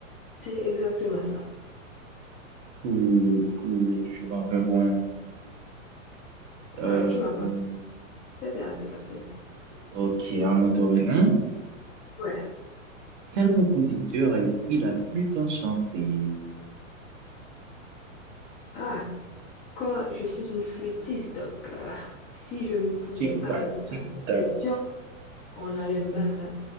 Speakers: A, on the left (about 20°); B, on the right (about 60°).
A: C'est exactement ça.
B: Cool, cool, je manque un point. Euh,
A: Ouais, tu m'as compris. C'était assez facile.
B: ok, à mon tour maintenant.
A: Ouais.
B: Quel compositeur a écrit la flûte enchantée?
A: Ah, quand je suis une flûtiste, donc euh, si je ne pouvais
B: Tic-tac,
A: pas répondre à
B: tic-tac.
A: cette question, on allait me battre. hein.